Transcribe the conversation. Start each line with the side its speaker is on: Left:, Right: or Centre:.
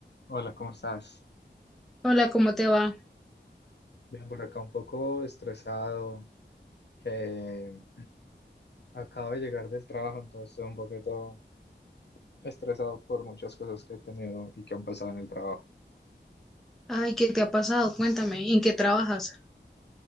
Left: Hola, ¿cómo estás?
Centre: Hola, ¿cómo te va?
Left: Bien, por acá un poco estresado, que <clears throat> acabo de llegar del trabajo, entonces estoy un poquito estresado por muchas cosas que he tenido y que han pasado en el trabajo.
Centre: Ay, ¿qué te ha pasado? Cuéntame, ¿en qué trabajas?